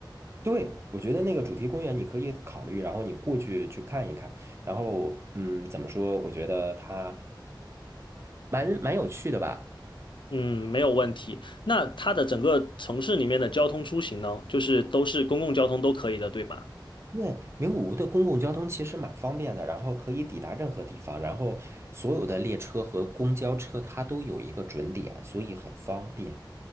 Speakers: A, on the right; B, on the left.
A: 对，我觉得那个主题公园你可以考虑，然后你过去去看一看，然后，嗯，怎么说？我觉得它蛮蛮有趣的吧。
B: 嗯，没有问题。那它的整个城市里面的交通出行呢，就是都是公共交通都可以的，对吧？
A: 因为名古屋的公共交通其实蛮方便的，然后可以抵达任何地方，然后所有的列车和公交车它都有一个准点，所以很方便。